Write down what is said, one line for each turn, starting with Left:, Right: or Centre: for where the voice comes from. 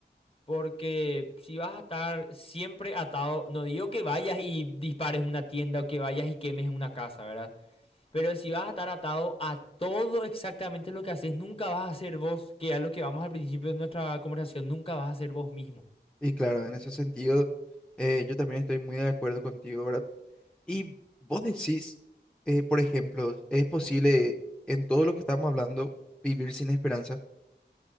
Left: Porque si vas a estar siempre atado, no digo que vayas y dispares una tienda o que vayas y quemes una casa, ¿verdad? Pero si vas a estar atado a todo exactamente lo que haces, nunca vas a ser vos, que es lo que vamos al principio de nuestra conversación, nunca vas a ser vos mismo.
Centre: y claro, en ese sentido eh, yo también estoy muy de acuerdo contigo, ¿verdad? Y vos decís, eh, por ejemplo, ¿es posible en todo lo que estamos hablando vivir sin esperanza?